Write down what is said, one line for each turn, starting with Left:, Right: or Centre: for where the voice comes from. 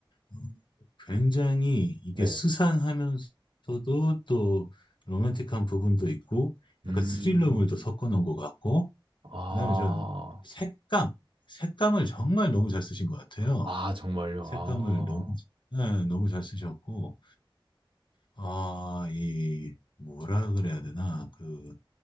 Left: 음, 굉장히 이게
Right: 네,
Left: 스산하면서도 또 로맨틱한 부분도 있고
Right: 음,
Left: 약간 스릴러물도 섞어 놓은 것 같고
Right: 아,
Left: 그다음에 저는 색감 색감을 정말 너무 잘 쓰신 것 같아요.
Right: 아, 정말요,
Left: 색감을
Right: 아.
Left: 너무 네, 너무 잘 쓰셨고 아, 이 뭐라 그래야 되나 그